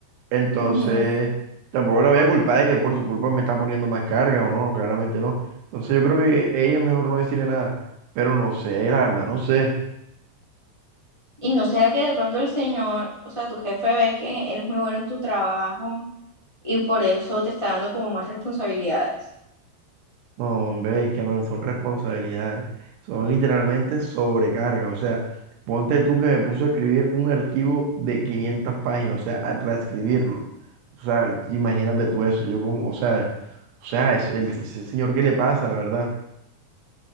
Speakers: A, on the right; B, on the left.
A: Entonces,
B: Ujú.
A: tampoco la voy a culpar de que por su culpa me están poniendo más cargas, o no, no, claramente no. Entonces yo creo que ella es mejor no decirle nada, pero no sé, la verdad, no sé.
B: ¿Y no será que de pronto el señor, o sea, tu jefe ve que eres muy bueno en tu trabajo y por eso te está dando como más responsabilidades?
A: No, hombre, es que no son responsabilidades, son literalmente sobrecargas. O sea, ponte tú que me puso a escribir un archivo de 500 páginas, o sea, a transcribirlo. O sea, imagínate tú eso. Yo como, o sea, o sea, es el, ese señor, ¿qué le pasa, la verdad?